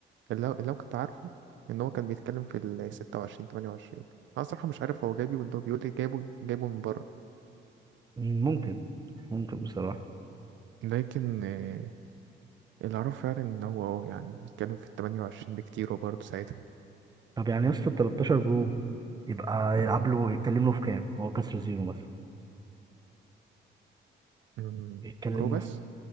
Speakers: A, on the right; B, on the right.
A: اللي هو- اللي هو كنت عارفه ان هو كان بيتكلم في ال 26 28 انا صراحه مش عارف هو جايبه ولا هو بيقول لي جايبه جايبه من بره
B: مم، ممكن ممكن بصراحه
A: لكن آه، اللي اعرفه فعلا ان هو اه يعني بيتكلم في ال 28 بكتير وبرضه ساعتها
B: طب يعني يا اسطى ال 13 برو يبقى
A: آه،
B: يلعب له يتكلم له في كام هو كسر زيرو مثلا
A: مم،
B: يتكلم
A: برو
B: له
A: بس
B: في